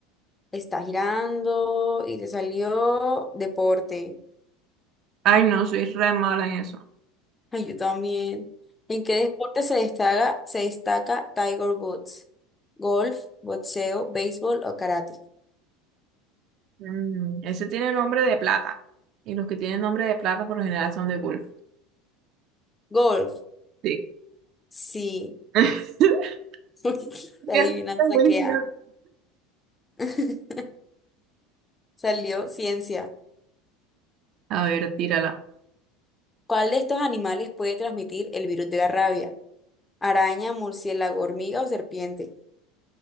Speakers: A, on the left (about 15°); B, on the right (about 45°).
A: está girando y te salió deporte.
B: Ay, no, soy re mala en eso.
A: Ay, yo también. ¿En qué deporte se destaca, se destaca Tiger Woods? ¿Golf, boxeo, béisbol o karate?
B: Mm, ese tiene nombre de plata. Y los que tienen nombre de plata por lo general son de golf.
A: Golf,
B: Sí.
A: sí.
B: <laughs>
A: <laughs> La
B: Bien,
A: adivinanza
B: buenísimo.
A: que ha. <laughs> Salió ciencia.
B: A ver, tírala.
A: ¿Cuál de estos animales puede transmitir el virus de la rabia? ¿Araña, murciélago, hormiga o serpiente?